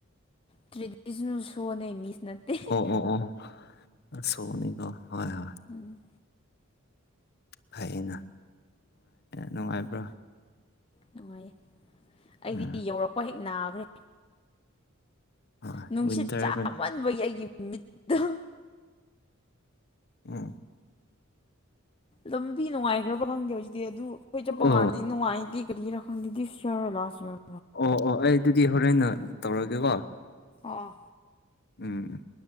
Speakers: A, on the left (about 25°); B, on the left (about 50°).
A: ꯇ꯭ꯔꯦꯗꯤꯁꯅꯦꯜ ꯁꯣꯅꯦ ꯃꯤꯁ ꯅꯠꯇꯦ
B: ꯑꯣ ꯑꯣ ꯑꯣ ꯁꯣꯅꯤꯀꯣ ꯍꯣꯏ ꯍꯣꯏ
A: ꯎꯝ
B: ꯐꯩꯌꯦꯅꯅꯨꯡ ꯅꯨꯡꯉꯥꯏꯕ꯭ꯔꯥ
A: ꯅꯨꯡꯉꯥꯏꯌꯦ ꯑꯩꯗꯤ
B: ꯎꯝ
A: ꯌꯧꯔꯛꯄ ꯍꯦꯛ ꯅꯥꯈ꯭ꯔꯦ
B: ꯍꯣꯏ
A: ꯅꯨꯡꯁꯤꯠ
B: ꯋꯤꯟꯇꯔ
A: ꯆꯥꯃꯟꯕꯒꯤ ꯑꯩꯒꯤ ꯃꯤꯠꯇ
B: ꯎꯝ
A: ꯂꯝꯕꯤ ꯅꯨꯡꯉꯥꯏꯈ꯭ꯔꯕ ꯈꯪꯗꯦ ꯍꯧꯖꯤꯛꯇꯤ ꯑꯗꯨ ꯑꯩꯈꯣꯏ
B: ꯑꯣ
A: ꯆꯠꯄ ꯀꯥꯟꯗ ꯅꯨꯡꯉꯥꯏꯇꯦ ꯀꯔꯤꯔ ꯈꯪꯗꯤ ꯗꯤꯁ ꯏꯌꯔ ꯂꯥꯁ ꯏꯌꯔ
B: ꯑꯣ ꯑꯣ ꯑꯩ ꯑꯗꯨꯗꯤ ꯍꯣꯔꯦꯟꯟꯅ ꯇꯧꯔꯒꯦꯀꯣ
A: ꯑꯥ
B: ꯎꯝ